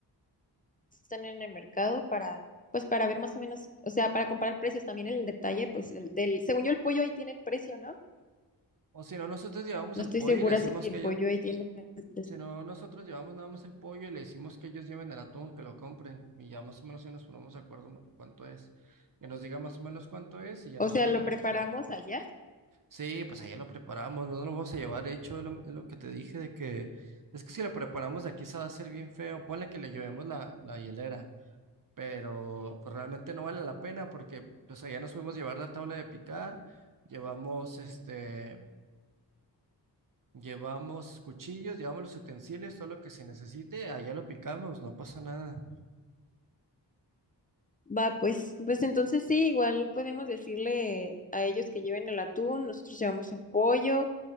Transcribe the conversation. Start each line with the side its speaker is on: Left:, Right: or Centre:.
Left: están en el mercado para, pues para ver más o menos, o sea, para comparar precios también el detalle, pues el del, según yo el pollo ahí tiene el precio, ¿no?
Right: O si no, nosotros llevamos
Left: No
Right: el
Left: estoy
Right: pollo
Left: segura
Right: y le decimos
Left: si el
Right: que ellos,
Left: pollo ahí tiene, el precio.
Right: si no, nosotros llevamos nada más el pollo y le decimos que ellos lleven el atún, que lo compren y ya más o menos ya nos ponemos de acuerdo ma- cuánto es. Que nos diga más o menos cuánto es y ya
Left: o
Right: nosotros
Left: sea, lo
Right: le
Left: preparamos
Right: calculamos.
Left: allá.
Right: Sí, pues allá lo preparamos, no lo vamos a llevar hecho, es lo, es lo que te dije de que es que si lo preparamos aquí se va a hacer bien feo, ponle que le llevemos la, la hielera, pero pues, realmente no vale la pena porque pues allá nos podemos llevar la tabla de picar, llevamos este... Llevamos cuchillos, llevamos los utensilios, todo lo que se necesite, allá lo picamos, no pasa nada.
Left: Va, pues, pues entonces sí, igual podemos decirle a ellos que lleven el atún, nosotros llevamos el pollo